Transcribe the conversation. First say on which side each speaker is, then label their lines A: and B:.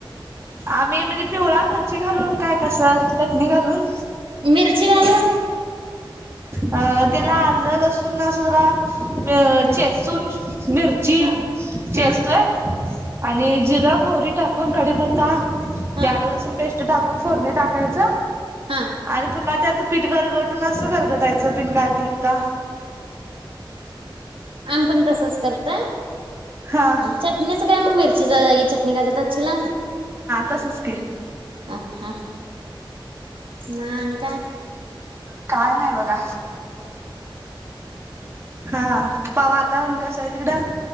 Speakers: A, on the right; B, on the right.
A: आमही म्ह पिवळा मिरची घालून काय कस चटणी घालून.
B: मिरची घालून
A: अ त्याला आललंलसून ना सु जरा.
B: ह
A: चेसून मिरची
B: ह
A: चेसले
B: ह
A: आणि जिरम. मोहरी टाकन कडे पता.
B: ह
A: त्यालं लसण पेस्ट टाकून फोडणे टाकायच
B: हा
A: आणि पुन्हा त्यात. पीठ कर कटून असं खरगटायचं पिनघाती होता.
B: आम पण तसच करत
A: हा
B: च. काय मग मिरची. निघालतातचील.
A: तसंच क.
B: ह हा मान का.
A: काय नाही बघा हा पवाता. तिकड.